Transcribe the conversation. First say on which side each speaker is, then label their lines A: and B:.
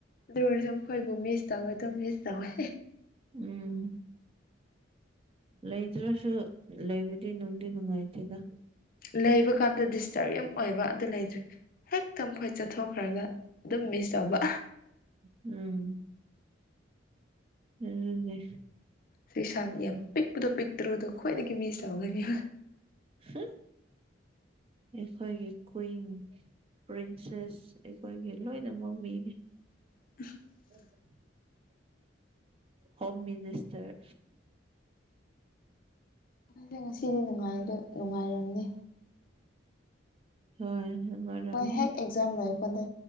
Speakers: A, on the left; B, on the right.
A: ꯗꯨ ꯑꯣꯏꯔꯁꯨ ꯃꯈꯣꯏꯕꯨ ꯃꯤꯁ ꯇꯧꯋꯦ ꯑꯗꯨꯝ ꯃꯤꯁ ꯇꯧꯋꯦ
B: ꯎꯝ ꯂꯩꯇ꯭ꯔꯁꯨ ꯂꯩꯕꯗꯤ ꯅꯨꯡꯗꯤ ꯅꯨꯡꯉꯥꯏꯇꯦꯗ
A: ꯂꯩꯕ ꯀꯥꯟꯗ ꯗꯤꯁꯇꯔꯕ ꯌꯥꯝ ꯑꯣꯏꯕ ꯑꯗꯨ ꯂꯩꯇ꯭ꯔꯦ ꯍꯦꯛꯇ ꯃꯈꯣꯏ ꯆꯠꯊꯣꯛꯈ꯭ꯔꯒ ꯑꯗꯨꯝ ꯃꯤꯁ ꯇꯧꯕ
B: ꯎꯝ ꯑꯗꯨꯅꯦ
A: ꯁꯩꯁꯥ ꯌꯥꯝ ꯄꯤꯛꯄꯗꯣ ꯄꯤꯛꯇ꯭ꯔꯨꯗꯣ ꯈ꯭ꯋꯥꯏꯗꯒꯤ ꯃꯤꯁ ꯇꯧꯒꯅꯤ
B: ꯍꯝ ꯑꯈꯣꯏꯒꯤ ꯀꯨꯏꯟ ꯄ꯭ꯔꯤꯟꯁꯦꯁ ꯑꯈꯣꯏꯒꯤ ꯂꯣꯏꯅꯃꯛ ꯃꯤꯅꯤ
A: <inaudible>
B: <inaudible> ꯍꯣꯝ ꯃꯤꯅꯤꯁꯇꯔ
A: ꯗꯦ ꯉꯁꯤꯗꯤ ꯅꯨꯡꯉꯥꯏꯕꯗꯣ ꯅꯨꯡꯉꯥꯏꯔꯝꯅꯤ
B: ꯍꯣꯏ ꯅꯨꯡꯉꯥꯏꯔꯝꯒꯅꯤ
A: ꯃꯣꯏ ꯍꯦꯛ ꯑꯦꯛꯖꯥꯝ ꯂꯣꯏꯔꯛꯄꯥꯟꯗ